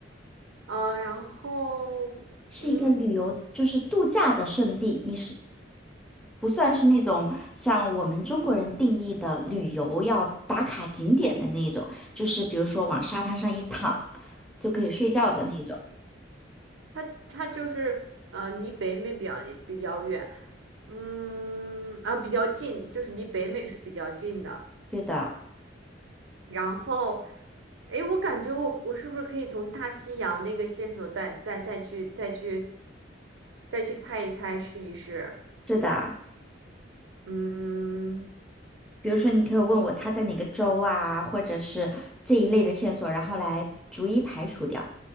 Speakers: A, on the right (about 80°); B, in the centre.
A: 嗯、呃然后嗯。
B: 是一个旅游就是度假的胜地，你是不算是那种像我们中国人定义的旅游要打卡景点的那种，就是比如说往沙滩上一躺就可以睡觉的那种。
A: 它它就是呃，离北美比较比较远，嗯，啊，比较近，就是离北美是比较近的。
B: 对的，
A: 然后，诶，我感觉我我是不是可以从大西洋那个线索再再再去再去再去猜一猜试一试？
B: 是的。
A: 嗯，
B: 比如说，你可以问我他在哪个州啊，或者是这一类的线索，然后来逐一排除掉。